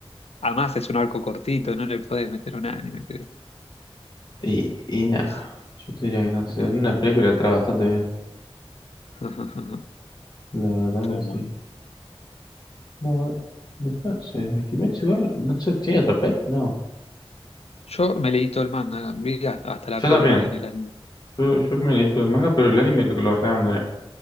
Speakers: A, on the left; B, on the left.
A: además es un arco cortito, no le puedes meter un anime.
B: Y, y nada,
A: que es-
B: yo te diría que no sé.
A: eh,
B: una película está bastante bien.
A: <laughs> ajá, ajá.
B: La verdad
A: Estuvo
B: que
A: muy bueno.
B: sí. No, después no sé. De Kimetsu igual, no sé, ¿tiene otra peli? No.
A: Yo me leí todo el manga, vi a- hasta la
B: Yo
A: peli,
B: también.
A: vi en el anime.
B: Yo, yo me leí todo el manga, pero el anime lo, lo reabandoné.